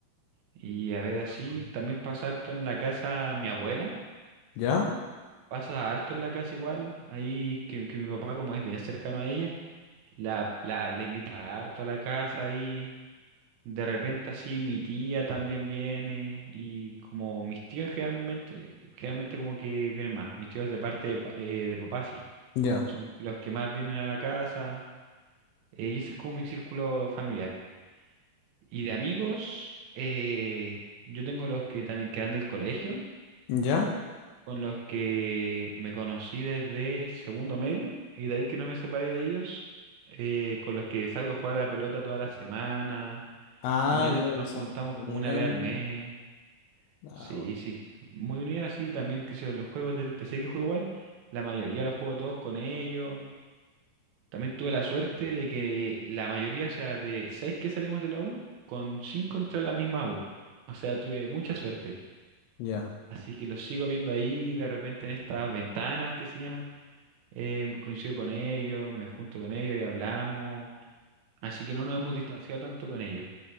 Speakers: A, on the right; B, on the left.
A: Y a ver, así
B: razón.
A: también pasa harto en la casa mi abuela.
B: ¿Ya?
A: Pasa harto en la casa igual. Ahí que, que mi papá, como es bien cercano a ella, la, la, la invita harto a la casa y de repente así mi tía también viene. Y como mis tíos generalmente, generalmente como que vienen más. Mis tíos de parte de, pa- eh, de papá sí.
B: Ya.
A: Son los que más vienen a la casa. eh, y ese es como mi círculo familiar. Y de amigos, eh, yo tengo los que también quedan del colegio,
B: ¿Ya?
A: con los que me conocí desde segundo medio, y de ahí que no me separé de ellos, eh, con los que salgo a jugar a la pelota toda la semana.
B: Ah,
A: Normalmente
B: ya
A: nos
B: son
A: juntamos
B: una
A: como
B: unión.
A: una vez al mes.
B: Ah,
A: Sí,
B: bueno.
A: sí. Muy unidos así, también que sé, yo, los juegos del PC que juego igual, la mayoría los juego todos con ellos. También tuve la suerte de que la mayoría, o sea, de seis que salimos de la U, con cinco entré a la misma U. O sea, tuve mucha suerte.
B: Ya.
A: Así que los sigo viendo ahí, de repente en estas ventanas que se llaman. eh, coincido con ellos, me junto con ellos y hablamos. Así que no nos hemos distanciado tanto con ellos.